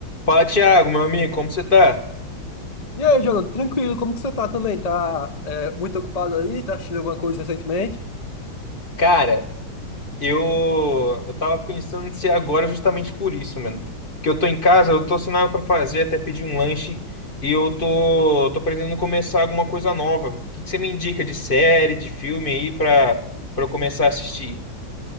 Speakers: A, on the left; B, on the left.
A: Fala, Thiago, meu amigo, como você tá?
B: E aí, Jonathan, tranquilo, como que você tá também? Tá é, muito ocupado aí? Tá assistindo alguma coisa recentemente?
A: Cara, eu eu tava pensando em ser agora justamente por isso, mano. Que eu tô em casa, eu tô sem nada pra fazer, até pedi um lanche e eu tô tô pretendendo começar alguma coisa nova. O que que você me indica de série, de filme aí pra para eu começar a assistir?